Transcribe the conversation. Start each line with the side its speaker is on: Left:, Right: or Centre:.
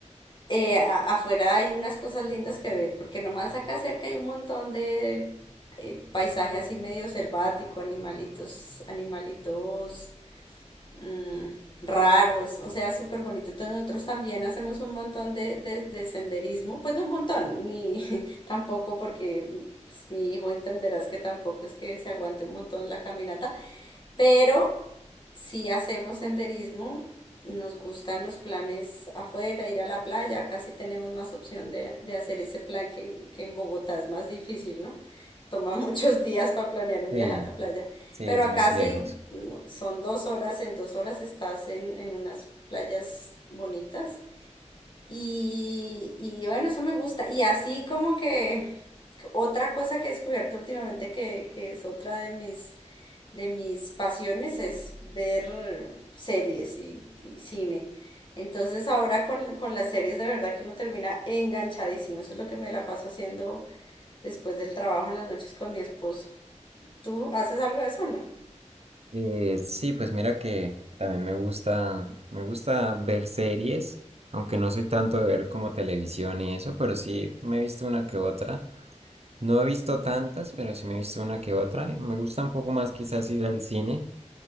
Left: eh, a- afuera hay unas cosas lindas que ver, porque nomás acá cerca hay un montón de eh, paisaje así medio selvático, animalitos, animalitos mm, raros, o sea, es súper bonito. Entonces nosotros también hacemos un montón de, de, de senderismo, pues no un montón, ni <laughs> tampoco porque pues, mi hijo entenderás que tampoco es que se aguante un montón la caminata, pero si hacemos senderismo, nos gustan los planes afuera, ir a la playa, casi tenemos más opción de, de hacer ese plan que, en- que en Bogotá es más difícil, ¿no? toma muchos días para planear un
Right: Sí,
Left: viaje a la playa.
Right: sí,
Left: Pero
Right: es
Left: acá
Right: más
Left: sí
Right: lejos.
Left: no, son dos horas, en dos horas estás en, en unas playas bonitas y, y bueno, eso me gusta. Y así como que otra cosa que he descubierto últimamente que, que es otra de mis, de mis pasiones es ver series y, y cine. Entonces ahora con, con las series de verdad que uno termina enganchadísimo. Eso es lo que me la paso haciendo después del trabajo en las noches con mi esposo. ¿Tú haces algo de eso o no?
Right: Eh, sí, pues mira que también me gusta, me gusta ver series, aunque no soy tanto de ver como televisión y eso, pero sí me he visto una que otra. No he visto tantas, pero sí me he visto una que otra. y Me gusta un poco más quizás ir al cine